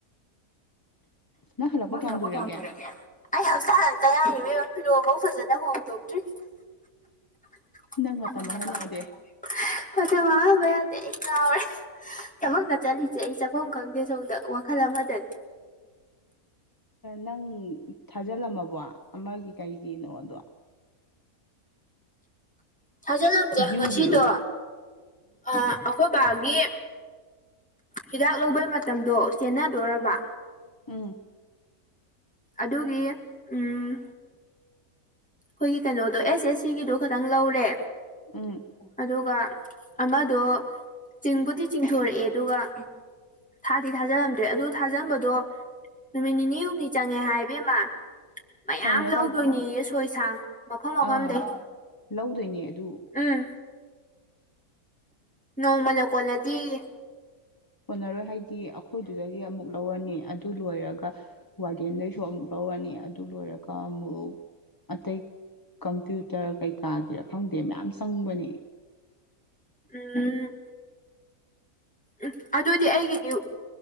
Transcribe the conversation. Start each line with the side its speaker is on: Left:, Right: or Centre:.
Left: ꯅꯪ ꯍꯜꯂꯛꯄ
Centre: ꯃꯣꯏ
Left: ꯀꯌꯥꯝ
Centre: ꯊꯤꯜꯂꯛꯄ
Left: ꯀꯨꯏꯔꯒꯦ
Centre: ꯌꯥꯝ ꯄꯨꯔꯒꯦ ꯑꯩ ꯍꯧꯖꯤꯛꯇ ꯍꯂꯇ ꯉꯥꯏꯔꯤ ꯐꯤꯔꯣꯐꯥꯎ ꯐꯖꯅ ꯍꯣꯡꯗꯣꯛꯇ꯭ꯔꯤ <unintelligible>
Left: ꯅꯪ ꯃꯇꯝ ꯃꯥꯡꯍꯟ ꯌꯥꯗꯦ
Centre: ꯃꯇꯝ ꯃꯥꯡꯍꯟꯕ ꯌꯥꯗꯦ ꯑꯩ ꯀꯥꯎ ꯑꯦ ꯊꯕꯛ ꯀ ꯠꯂꯤꯁꯦ ꯑꯩ ꯆꯥꯐꯝ ꯈꯪꯗꯦ ꯁꯣꯝꯗ ꯋꯥꯈꯜ ꯑꯃꯗꯅꯦ
Left: ꯅꯪ ꯊꯥꯖꯤꯜꯂꯝꯃꯕꯣ ꯑꯃꯒꯤ ꯀꯩꯒꯤꯅꯣꯗꯣ
Centre: ꯊꯥꯖꯜꯂꯝꯗꯦ
Left: ꯗ꯭ꯌꯨꯒꯤꯗꯣ
Centre: ꯉꯁꯤꯗꯣ ꯎꯝ ꯑꯩꯈꯣꯏ ꯅꯨꯄꯥꯒꯤ ꯍꯤꯗꯥꯛ ꯂꯧꯕꯩ ꯃꯇꯝꯗꯣ ꯆꯦꯟꯅꯗꯣꯔꯔꯕ
Left: ꯎꯝ ꯎꯝ
Centre: ꯑꯗꯨꯒꯤ ꯎꯝ ꯑꯩꯈꯣꯏꯒꯤ ꯀꯩꯅꯣꯗꯣ ꯑꯦꯁ ꯑꯦꯁ ꯁꯤꯒꯤꯗꯣ ꯈꯇꯪ ꯂꯧꯔꯦ
Left: ꯑꯝ
Centre: ꯑꯗꯨꯒ ꯑꯃꯗꯣ ꯆꯤꯡꯕꯨꯗꯤ ꯆꯤꯡꯊꯣꯔꯛꯑꯦ ꯑꯗꯨꯒ ꯊꯥꯗꯤ ꯊꯥꯖꯤꯜꯂꯝꯗ꯭ꯔꯦ ꯑꯗꯨ ꯊꯥꯖꯝꯕꯗꯣ ꯅꯨꯃꯤꯠ ꯅꯤꯅꯤ ꯍꯨꯝꯅꯤ ꯆꯪꯉꯦ ꯍꯥꯏꯕꯦꯝꯃ ꯃꯌꯥꯝ
Left: ꯀꯩꯅꯣ
Centre: ꯂꯧꯗꯣꯏꯅꯦ
Left: ꯇꯧ
Centre: ꯌꯦꯁꯣꯏꯁꯥꯡ ꯃꯐꯝ
Left: ꯑꯥ
Centre: ꯑꯣꯈꯝꯗꯩ
Left: ꯂꯧꯗꯣꯏꯅꯦ ꯑꯗꯨ
Centre: ꯎꯝ ꯅꯣꯡꯃꯅ ꯀꯣꯟꯅꯗꯦꯌꯦ
Left: ꯍꯣꯠꯅꯔꯣꯏ ꯍꯥꯏꯗꯤ ꯑꯩꯈꯣꯏꯗꯨꯗꯒꯤ ꯑꯃꯨꯛ ꯂꯧꯔꯅꯤ ꯑꯗꯨ ꯂꯣꯏꯔꯒ ꯋꯥꯔꯗꯦꯟꯗꯩꯁꯨ ꯑꯃꯨꯛ ꯂꯧꯔꯅꯤ ꯑꯗꯨ ꯂꯣꯏꯔꯒ ꯑꯃꯨꯛ ꯑꯇꯩ ꯀꯝꯄ꯭ꯌꯨꯇꯔ ꯀꯩꯀꯥꯒꯤꯔꯥ ꯈꯪꯗꯦ ꯃꯌꯥꯝ ꯆꯪꯕꯅꯤ
Centre: ꯎꯝ ꯎꯝ ꯑꯗꯨꯗꯤ ꯑꯩꯒꯤꯗꯤ